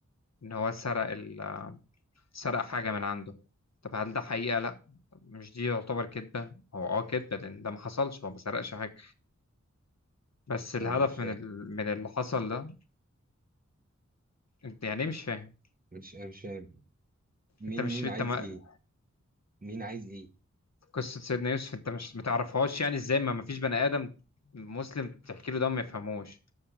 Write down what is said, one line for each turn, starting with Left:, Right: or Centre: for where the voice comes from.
Left: ان هو سرق ال... سرق حاجة من عنده طب هل ده حقيقة؟ لا مش دي يعتبر كذبة هو اه كذبة لأن ده ما حصلش هو ما سرقش حاجة بس الهدف
Right: لا انا مش فاهم
Left: من ال... من اللي حصل ده انت يعني ايه مش فاهم
Right: مش انا مش فاهم مين
Left: انت مش
Right: مين
Left: انت
Right: عايز
Left: ما...
Right: ايه مين عايز ايه
Left: قصة سيدنا يوسف انت مش ما تعرفهاش يعني ازاي ما ما فيش بني ادم مسلم تحكي له ده ما يفهموش